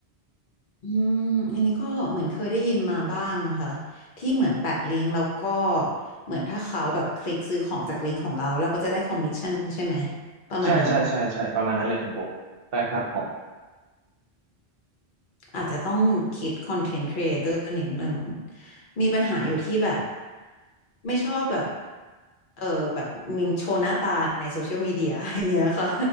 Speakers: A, on the left (about 60°); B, on the right (about 65°).
A: อืมอันนี้ก็เหมือนเคยได้ยินมาบ้างนะคะที่เหมือนแปะลิงก์แล้วก็เหมือนถ้าเขาแบบคลิกซื้อของจากลิงก์ของเราเราก็จะได้คอมมิชชั่นใช่ไหมประมาณนั้น
B: ใช่ใช่ใช่ใช่ประมาณนั้นเลยคุณโบได้ค่าคอม
A: อาจจะต้องคิดคอนเทนต์ครีเอเตอร์นิดนึงมีปัญหาอยู่ที่แบบ
B: ใช่
A: ไม่ชอบแบบเออแบบมีโชว์หน้าตาในโซเชียลมีเดียอย่างเงี้ยค่ะ